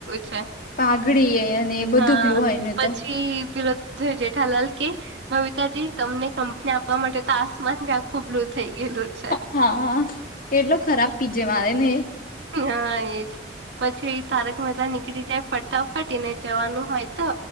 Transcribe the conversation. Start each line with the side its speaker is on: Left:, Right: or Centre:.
Right: છે
Left: પાઘડી એ અને એ બધું
Right: હા
Left: બ્લુ હોય ને
Right: પછી
Left: તો
Right: પે જેઠાલાલ કે બબીતાજી તમને આપવા માટે તો બ ખૂબ લો છે
Left: હા કેટલો ખરાબ પીજે મારે ને
Right: હા એજ પછી તારક મહેતા નીકળી જાય ફટાફટ ને જવાનું હોય તો